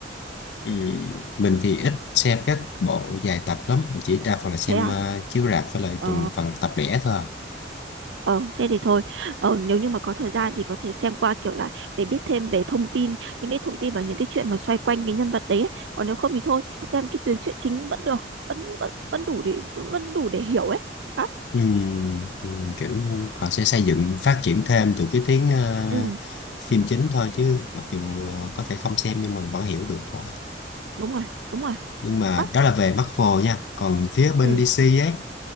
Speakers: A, on the left; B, on the right.
A: ừ, mình thì ít xem các bộ dài tập lắm mình chỉ đa phần là xem
B: thế à
A: ờ, chiếu rạp với lại
B: ờ
A: từng phần tập lẻ thôi à.
B: Ờ, thế thì thôi, ờ, nếu như mà có thời gian thì có thể xem qua kiểu là để biết thêm về thông tin, những cái thông tin và những cái chuyện mà xoay quanh cái nhân vật đấy ấy. Còn nếu không thì thôi, xem cái tuyến truyện chính vẫn được, vẫn vẫn vẫn đủ để vẫn đủ để hiểu ấy. Hả?
A: ừ, ừ, kiểu họ sẽ xây dựng phát triển thêm từ cái tiếng ờ,
B: Ừ,
A: phim chính thôi chứ mặc dù ờ, có thể không xem nhưng mà vẫn hiểu được thôi
B: Đúng rồi, đúng rồi.
A: nhưng mà
B: Ơ,
A: đó là về Marvel nha còn phía bên
B: ừ,
A: DC ấy